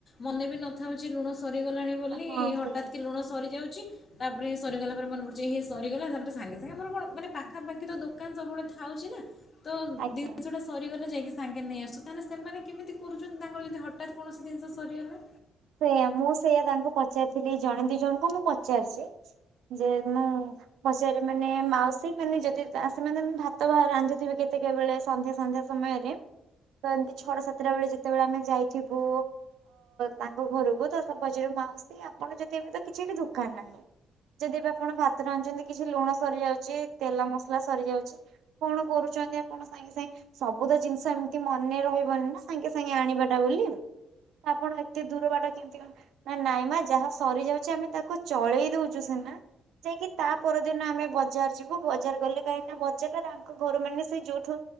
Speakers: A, on the left; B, on the right.
A: ମନେ ବି ନଥାଉ ଯେ ଲୁଣ ସରିଗଲାଣି ବୋଲି
B: ହଁ
A: ହଠାତ୍
B: ସେଇଆ
A: କି ଲୁଣ ସରିଯିବ। ତାପରେ ସରିଗଲା ପରେ ମନେ ପଡୁଛି ସରିଗଲା ତାପରେ ସାଙ୍ଗେ ସାଙ୍ଗେ ମର କଣ ମାନେ ପାଖାପାଖି ତ ଦୋକାନ ସବୁବେଳେ ଥାଉଛି ନା? ତ
B: ଆଜ୍ଞା।
A: ଜିନିଷ ଟା ସରିଗଲେ ଯାଇକି? ସାଙ୍ଗେ ନେଇ ଆସୁ ତାହେଲେ ସେମାନେ କେମିତି କରୁଛନ୍ତି ତାଙ୍କର ଯଦି ହଠାତ୍ କୌଣସି ଜିନିଷ ସରିଗଲା।
B: ସେଇୟା ମୁଁ ସେଇୟା ତାଙ୍କୁ ପଚାରିଥିଲି ଜଣେ ଦି ଜଣଙ୍କୁ ମୁଁ ପଚାରିଛି ଯେ ମୁଁ ପଚାରି ମାନେ ମାଉସୀ ମାନେ ଯଦି ସେମାନେ ଭାତ ବା ରାନ୍ଧୁଥିବେ କେତେକ ବେଳେ ସନ୍ଧ୍ୟା ସନ୍ଧ୍ୟା ସମୟରେ ତ ଏମିତି ଛଟ ସାତଟା ବେଳେ ଯେତେବେଳେ ଆମେ ଯାଇଥିବୁ ତା ଘରକୁ ତ ସବ ପାଜରେ ମାଉସ ଆପଣ ଯଦି ଏବେ ତ କିଛିଠି ଦୋକାନ ନାହିଁ ଯଦି ଏ ବି ଆପଣ ଭାତରେ ଆଣିଛନ୍ତି କିଛି ଲୁଣ ସରିଯାଉଛି ତେଲ ମସଲା ସରିଯାଉଛି କଣ କରୁଛନ୍ତି ଆପଣ ସାଙ୍ଗେ ସାଙ୍ଗେ ସବୁ ତ ଜିନିଷ ଏମିତି ମନେ ରହିବନି ନା ସାଙ୍ଗେ ସାଙ୍ଗେ ଆଣିବାଟା ବୋଲି ଆପଣ ଏତେ ଦୂର ବାଟ କେମିତି ନା ନାଇଁ ମା ଯାହା ସରିଯାଉଛି ଆମେ ତାକୁ ଚଳେଇ ଦଉଛୁ ସିନା ଯାଇକି ତା ପରଦିନ ଆମେ ବଜାର ଯିବୁ ବଜାର ଗଲେ କାହିଁକିନା ବଜାରରେ ତାଙ୍କ ଘର ମାନେ ସେ ଯୋଉଠୁ